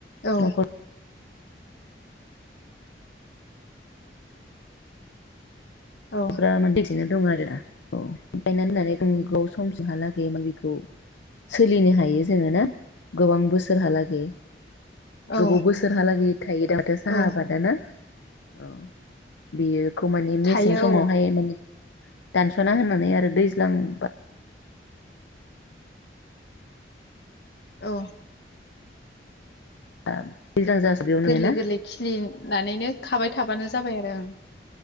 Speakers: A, on the left; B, on the left.
A: औ
B: न'खर
A: औ
B: फ्रा माने <unintelligible> <unintelligible> नो दं आरोना औ गायनानै होननानै <unintelligible> समसिमहालागै <unintelligible> बेखौ सोलिनो हायो जोङो ना गोबां बोसोरहालागै
A: औ
B: गोबाव बोसोरहालागै थायो दा माथो साहा
A: औ
B: आबादा ना औ बेयो खौ माने मेसेंस
A: थायो
B: <unintelligible> माने
A: औ
B: दानस'ना होननानै आरो दैज्लांबा
A: औ
B: <unintelligible> जासाबदियावनो
A: गोरलै
B: ना
A: गोरलै खिलिनानैनो खाबाय थाबानो जाबाय आरो ओं